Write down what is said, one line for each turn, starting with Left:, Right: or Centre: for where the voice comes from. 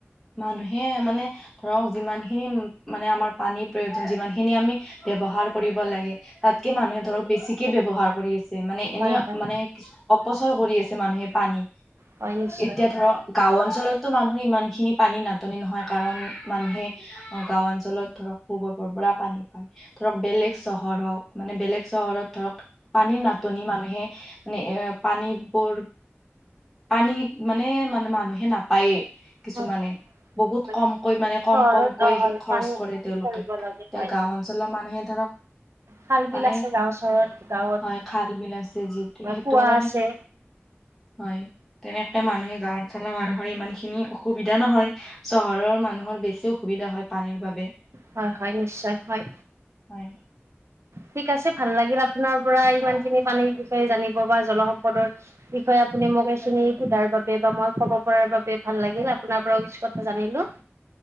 Centre: মানুহে মানে ধৰক যিমানখিনি মানে আমাৰ পানীৰ প্ৰয়োজন যিমানখিনি আমি ব্যৱহাৰ কৰিব লাগে তাতকে মানুহে ধৰক বেছিকে ব্যৱহাৰ কৰি আছ আছে। মানে
Right: হয়
Centre: এনেই
Right: হয়
Centre: মানে কি অপচয় কৰি আছে মানুহে পানী।
Right: হয় নিশ্চয়।
Centre: এতিয়া ধৰক গাঁও অঞ্চলতো মানুহৰ ইমানখিনি পানী নাটনি নহয় কাৰণ মানুহে অঁ! গাঁও অঞ্চলত ধৰক ভূ-গৰ্ভৰ পৰা পানী পায়। ধৰক বেলেগ চহৰ হওঁক মানে বেলেগ চহৰত ধৰক পানীৰ নাটনি মানুহে মানে এ পানীবোৰ পানী মানে-মানে মানুহে নাপায়েই। কিছুমানে
Right: হয় হয়
Centre: বহুত
Right: হয়
Centre: কমকৈ মানে কম-কম
Right: চহৰত
Centre: কৈ
Right: অ হয়
Centre: খৰচ
Right: পানী
Centre: কৰে তেওঁলোকে।
Right: কৰিব
Centre: এতিয়া
Right: লাগে হয়
Centre: গাওঁ অঞ্চলৰ মানুহে ধৰক
Right: খাল বিল
Centre: মানে
Right: আছে গাঁও চহৰত গাঁৱত
Centre: হয় খাল, বিল আছে যিহেতু সেইটোৰ
Right: কুঁৱা
Centre: কাৰণে
Right: আছে
Centre: হয়। তেনেকে মানুহে গাওঁ অঞ্চলৰ মানুহৰ ইমানখিনি অসুবিধা নহয়। চহৰৰ মানুহৰ বেছি অসুবিধা হয় পানীৰ বাবে।
Right: হয়-হয়, নিশ্চয় হয়।
Centre: হয়
Right: ঠিক আছে ভাল লাগিল আপ আপোনাৰ পৰা ইমানখিনি পানীৰ বিষয়ে জানিব বা জলসম্পদৰ বিষয়ে আপুনি মোক এইখিনি সোধাৰ বাবে বা মই ক'ব পৰাৰ বাবে ভাল লাগিল আপোনাৰ পৰাও কিছু কথা জানিলোঁ।